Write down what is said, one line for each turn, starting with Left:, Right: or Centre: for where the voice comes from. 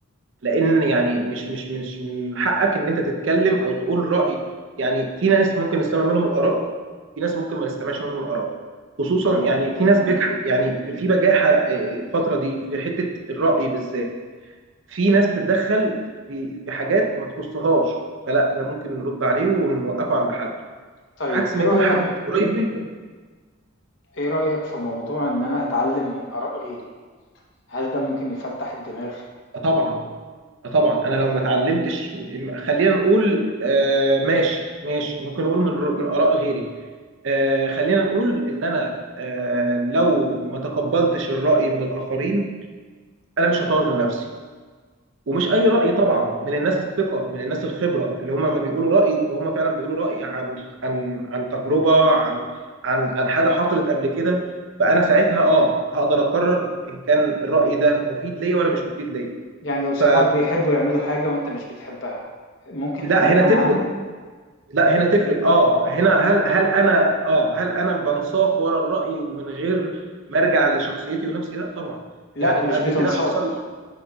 Right: لان يعني مش مش مش من حقك ان انت تتكلم او تقول راي يعني في ناس ممكن نستمع منهم الاراء في ناس ممكن ما نستمعش منهم الاراء خصوصا
Left: تمام،
Right: يعني في ناس بجح يعني في بجاحه آه، الفتره دي في حته الراي بالذات في ناس بتتدخل في في حاجات ما تخصهاش فلا ده ممكن نرد عليه ونوقفه عند حد
Left: طيب
Right: عكس
Left: إيه
Right: ما
Left: رأيك
Right: يكون حد قريب منك
Left: ايه رأيك في موضوع ان انا اتعلم من آراء غيري هل ده ممكن يفتح الدماغ
Right: طبعا طبعا انا لو ما اتعلمتش م- خلينا نقول آه، ماشي ماشي ممكن نقول من من اراء غيري آه، خلينا نقول ان انا آه، لو ما تقبلتش الراي من الاخرين انا مش هطور من نفسي ومش اي راي طبعا من الناس الثقه من الناس الخبره اللي هم ما بيقولوا راي يبقى هم فعلا بيقولوا راي عن عن عن تجربه عن عن عن حاجه حصلت قبل كده فانا ساعتها اه هقدر اقرر ان كان الراي ده مفيد ليا ولا مش مفيد ليا
Left: يعني لو صحابك
Right: ف
Left: بيحبوا يعملوا حاجة وانت مش بتحبها ممكن
Right: لا
Left: تعملها
Right: هنا تفرق
Left: معاهم
Right: لا هنا تفرق اه هنا هل هل انا اه هل انا بنساق ورا الرأي ومن غير ما ارجع لشخصيتي ونفسي لا طبعا
Left: لا
Right: يعني
Left: مش
Right: قبل
Left: بتنساق
Right: كده حصل